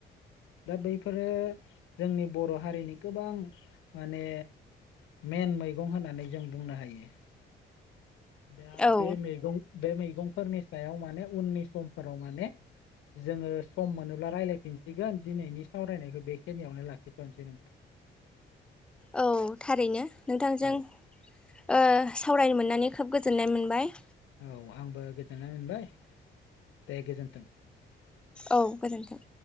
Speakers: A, on the left; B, in the centre.
A: दा बैफोरो जोंनि बर' हारिनि गोबां माने मेन मैगं होननानै जों बुंनो हायो दा
B: औ
A: बे मैगं बे मैगंफोरनि सायाव माने उननि समफोराव माने जोङो सम मोनोब्ला रायज्लायफिनसिगोन दिनैनि सावरायनायखौ बेखिनियावनो लाखिथ'नोसै नोंथां, <inaudible>
B: औ थारैनो नोंथांजों
A: औ
B: ओ सावरायनो मोननानै खोब गोजोननाय मोनबाय,
A: औ आंबो गोजोननाय मोनबाय दे गोजोन्थों।
B: औ गोजोन्थों।